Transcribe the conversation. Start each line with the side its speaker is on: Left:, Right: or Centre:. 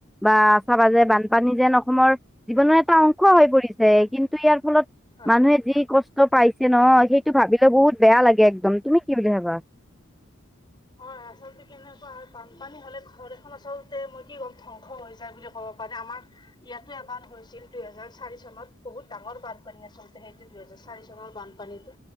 Centre: বা চাবা যে বানপানী যেন অসমৰ। জীৱনৰ এটা অংশ হৈ পৰিছে কিন্তু ইয়াৰ ফলত
Left: হয়।
Centre: মানুহে যি কষ্ট পাইছে ন সেইটো ভাবিলে বহুত বেয়া লাগে একদম তুমি। কি বুলি ভাবা
Left: <unintelligible> হয় আচলতে কেনেকুৱা হয় বানপানী হলে ঘৰ এখন আচলতে মই কি ক'ম ধ্বংস হৈ যায় বুলি ক'ব। কব পাৰি আমাৰ ইয়াতো এবাৰ হৈছিল দুহেজাৰ চাৰি চনত বহুত ডাঙৰ কোম্পানী আচলতে সেইটো দুহেজাৰ। চাৰি চনৰ বানপানীতো